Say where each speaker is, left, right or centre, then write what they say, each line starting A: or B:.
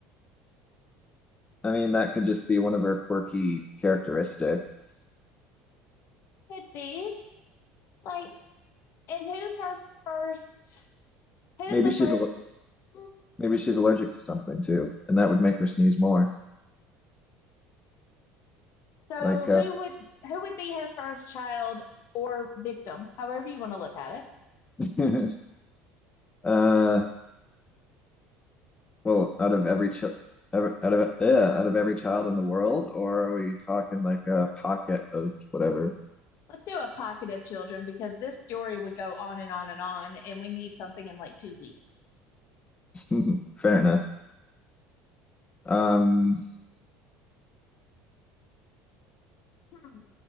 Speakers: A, on the left (about 20°); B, on the left (about 55°).
A: I mean, that could just be one of her quirky characteristics.
B: Could be. Like, and who's her first? Who's
A: Maybe
B: the
A: she's
B: first?
A: a
B: mm,
A: Maybe she's allergic to something too, and that would make her sneeze more.
B: So
A: Like,
B: who
A: uh,
B: would who would be her first child or victim, however you want to look at it?
A: <laughs> uh, well, out of every ch ever- out of yeah, out of every child in the world, or are we talking like a pocket of whatever?
B: Let's do a pocket of children because this story would go on and on and on, and we need something in like two weeks.
A: <laughs> Fair enough. Um,
B: Hmm,